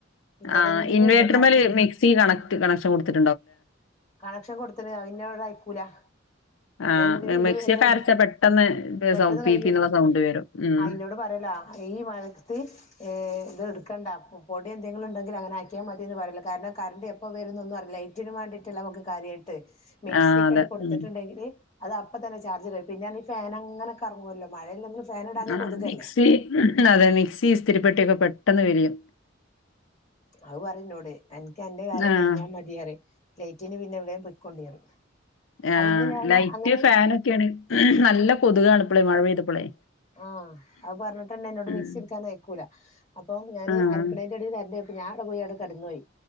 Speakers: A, on the left; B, on the left.
A: ഇന്നലെ
B: ആ
A: ഒന്നും
B: ഇൻവേട്ടർമേല്
A: ഇല്ല കളിയാ
B: മിക്സി കണക്ട് കണക്ഷൻ കൊടുത്തിട്ട
A: കണക്ഷൻ കൊടുത്തല് ഇന്നട് അയക്കൂല പിന്നെ
B: ആഹ്
A: എന്തിര് എന്റെ
B: മിക്സിയൊക്കെ
A: എന്റെ
B: അരച്ചാ പെട്ടെന്ന്
A: പെട്ടന്ന്
B: സൗ പീ
A: കയും
B: പീന്നുള്ള സൗണ്ട് വരും. ഉം.
A: ആയിനോട് പറയൂല ഈ മഴത്ത് ഏ ഇത് എടുക്കണ്ട. പൊ പൊടി എന്തെങ്കിലും ഇണ്ടെങ്കി അങ്ങനെയാക്കിയാ മതിന്ന് പറയൂലോ കാരണം കറൻ്റ് എപ്പൊ വരൂന്നൊന്നും അറിയില്ല. ലൈ റ്റിന് വേണ്ടീട്ടില്ല കാര്യായിട്ട്. മിക്‌സിയൊക്കെയാട്ട്
B: ആഹ് അതെ.
A: കൊടുത്തിട്ടുണ്ടെങ്കില്
B: ഉം.
A: അതപ്പൊ തന്നെ ചാർജ് ഇടൽ. പിന്നെയാണെങ്കി ഫാന് അങ്ങനെ കറങ്ങൂലോ. മഴയില്ലെങ്കിലും ഫാൻ ഇടാഞ്ഞാ
B: ആ
A: കൊതുകല്ലേ
B: മിക്സി അതെ മിക്സി ഇസ്‌തിരിപ്പെട്ടിയൊക്കെ പെട്ടെന്ന് വിരിയും
A: അതു പറയും എന്നോട് എനിയ്ക്ക് എൻ്റെ കാര്യം
B: ആഹ്
A: കഴിഞ്ഞാമതീ പറയും. ലൈറ്റിന് പിന്നെ എവിടേം പൊയ്ക്കൊണ്ടി പറയും
B: ആ
A: അപ്പൊ ഇന്ന് ഞാന്
B: ലൈറ്റ്
A: അങ്ങനെ
B: ഫാന് ഒക്കെയാണ് നല്ല കൊതുകാണ് ഇപ്പളേ മഴ പെയ്തു പ്പളേ
A: ആ അതു പറഞ്ഞിട്ടന്നെ എന്നോട്
B: ഉം
A: മിക്സി എടുക്കാൻ അയക്കൂല അപ്പൊ ഞാന്
B: ആഹ്
A: അരയ്ക്കണേൻ്റെ ഇടയില് കറൻ്റ് ഞാൻ അവിടെപ്പോയി അവിടെ കെടന്നുപോയി